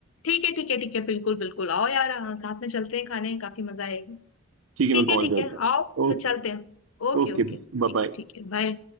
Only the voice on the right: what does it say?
ठीक है
मैं
कॉल
करता
हूँ
ओके
Okay,
bye
bye